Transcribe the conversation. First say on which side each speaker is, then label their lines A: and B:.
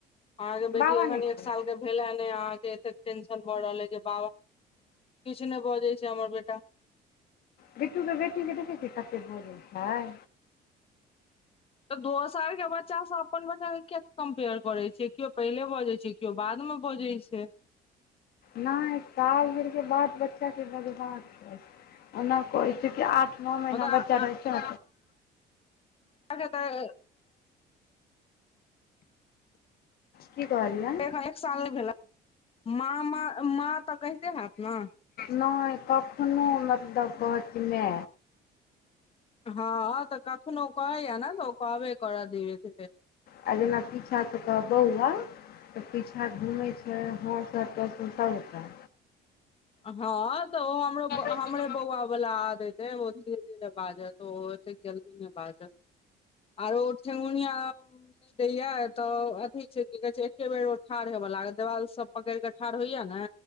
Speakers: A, on the left; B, on the left.
A: अहाँ के बेटी
B: बाबा
A: एखन
B: नहि कहै
A: एक साल के भेले ने अहा के एतेक टेंशन भऽ रहल ह जे बाबा किछ नै बजैय छै हमर बेटा
B: बिटू के बेटी के देखैय छियै कतेक बोजैय छै
A: तऽ दोसर के बच्चा स अपन बच्चा के किया कंपेयर करे छिए किओ पहिले बजे छै किओ बाद मे बजै छै
B: नै साल भर के बाद बच्चा के बजबा के चाहि ओना कहै छै कि आठ नो महीना
A: मतलब
B: बच्चा रह छै
A: अगे दैय <unintelligible>
B: की कहलिए
A: एखन एक साल भेला माँ माँ तऽ कहिते हैत ने
B: ने कखनो मतलब कहथी ने
A: हँ तऽ कखनो कहैया ने तऽ ओ कहबे करत धीरे धीरे
B: आ जेना पीछा सँ कहब बौआ तऽ पीछाँ घुमै छै ह सब <inaudible>
A: हँ तऽ ओ हमरो
B: सबटा
A: हमरे बौआ बला आदेेैत ए ओ धीरे धीरे बाजत ओ ओतेक जल्दी नै बाजत आरो ठेहुनिया <inaudible> दैया तऽ अथी छै ओकी कहै छै एके बेर ठाढ़ होयब लागल देवाल सब पकड़ि कऽ ठाढ़ होइया ने